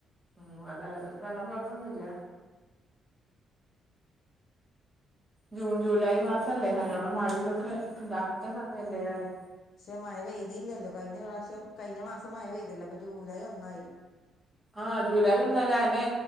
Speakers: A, in the centre; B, on the left.
A: അ വല്ലല്ല വെള്ളം കൊഴപ്പൊന്നുല്ല. ജൂൺ ജൂലൈ മാസം അല്ലേ നല്ലോണം മയിതൊക്കെ ണ്ടാവണ്ട സമയല്ലേ റ
B: ക്ഷെ മഴ പെയ്തില്ലല്ലോ കഴിഞ്ഞ പ്രാവശ്യം കഴിഞ്ഞ മാസം മഴ പെയ്തല്ലോ ഇപ്പ ജൂലൈ ഒന്നായി
A: ആഹ ജൂലൈ ഒന്നല്ല അന്നെ